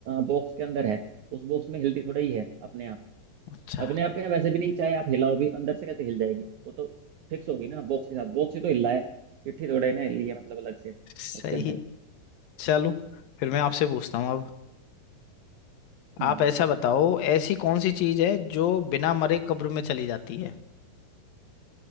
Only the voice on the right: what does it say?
बॉक्स के अंदर है उस बॉक्स में हिलती थोड़ा ही है अपने आप
अपने आप क्या वैसे भी नहीं चाहे आप हिलाओ भी अंदर से कैसे हिल जाएगी वो तो फिक्स होगी ना बॉक्स के साथ बॉक्स ही तो हिल रहा है चिट्ठी थोड़ा ही ना हिल रही है मतलब अलग से
उसके अंदर
हम्म